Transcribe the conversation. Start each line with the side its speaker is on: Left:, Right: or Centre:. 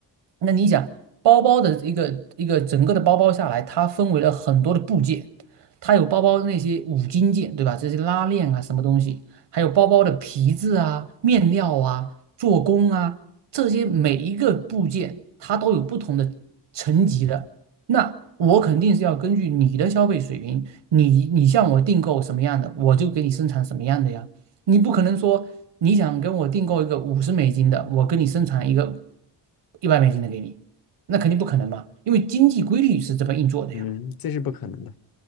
Right: 那你想，包包的一个一个整个的包包下来，它分为了很多的部件，它有包包那些五金件，对吧？这些拉链啊，什么东西，还有包包的皮质啊、面料啊、做工啊，这些每一个部件它都有不同的层级的。那我肯定是要根据你的消费水平，你你向我订购什么样的，我就给你生产什么样的呀。你不可能说你想跟我订购一个五十美金的，我跟你生产一个一百美金的给你，那肯定不可能嘛，因为经济规律是这么运作的呀，
Left: 嗯，这是不可能的。